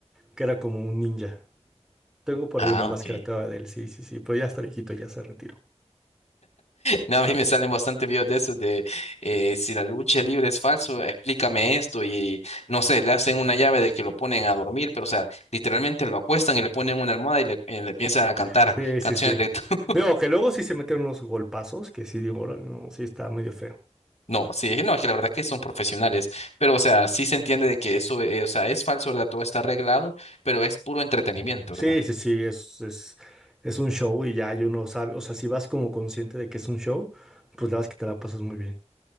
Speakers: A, in the centre; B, on the left.
A: que era como un ninja. Tengo por
B: Ah,
A: ahí una máscara
B: ok.
A: todavía de él, sí, sí, sí, pero ya está viejito, ya se retiró.
B: No, a mí me salen bastante videos de esos de eh, si la lucha libre es falso, explícame esto y no sé, le hacen una llave de que lo ponen a dormir, pero o sea, literalmente lo acuestan y le ponen una almohada y le, y le empiezan a cantar
A: Sí, sí,
B: canciones
A: sí.
B: de... <laughs>
A: Digo, que luego sí se metieron unos golpazos, que sí digo, "Órale, no, sí está medio feo.
B: No, sí, no, es que la verdad que son profesionales, pero o sea, sí se entiende de que eso, eh, o sea, es falso, ¿verdad? Todo está arreglado, pero es puro entretenimiento,
A: Sí,
B: ¿verdad?
A: sí, sí, es, es, es un show y ya y uno sabe, o sea, si vas como consciente de que es un show, pues la verdad es que te la pasas muy bien.